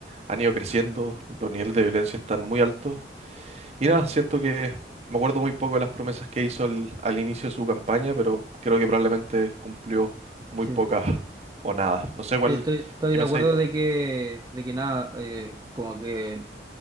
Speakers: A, on the right (about 35°); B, on the right (about 20°).
A: han ido creciendo, los niveles de violencia están muy altos y nada, siento que me acuerdo muy poco de las promesas que hizo al, al inicio de su campaña, pero creo que probablemente cumplió muy
B: Sí,
A: pocas o nada. No sé
B: Sí,
A: cuál,
B: estoy, estoy
A: qué
B: de
A: pensáis.
B: acuerdo de que, de que nada, eh, como que